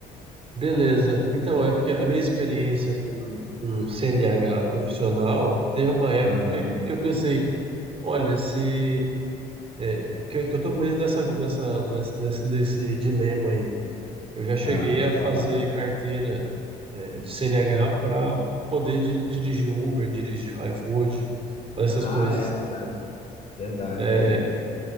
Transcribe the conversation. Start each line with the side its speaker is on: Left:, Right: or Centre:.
Right: beleza. Então, é porque a minha experiência com, com CNH profissional teve uma época
Left: Aham.
Right: em que eu pensei, olha, se, é, que, eu- que eu tô meio nessa, nessa, nessa, nesse, nesse dilema aí Eu já cheguei
Left: Ah, pode
Right: a fazer
Left: falar.
Right: carteira, é, de CNH para poder di- dirigir Uber, dirigir iFood, fazer essas
Left: Ah,
Right: coisas.
Left: é verdade, verdade.
Right: É,
Left: E aí?